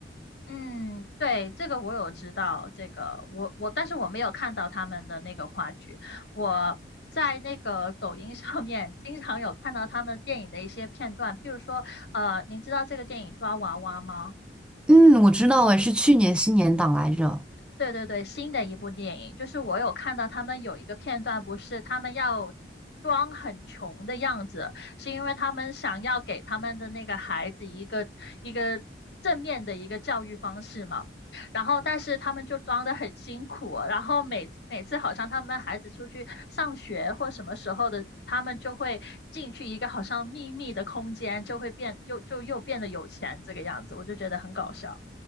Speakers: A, on the left (about 65°); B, in the centre.
A: 嗯，对，这个我有知道，这个我我，但是我没有看到他们的那个话剧。我在那个抖音上面经常有看到他们电影的一些片段，譬如说，呃，您知道这个电影《抓娃娃》吗？
B: 嗯，我知道，哎，是去年新年档来着。
A: 对对对，新的一部电影，就是我有看到他们有一个片段，不是他们要装很穷的样子，是因为他们想要给他们的那个孩子一个一个正面的一个教育方式嘛。然后，但是他们就装的很辛苦，然后每每次好像他们孩子出去上学或什么时候的，他们就会进去一个好像秘密的空间，就会变又就又变得有钱这个样子，我就觉得很搞笑。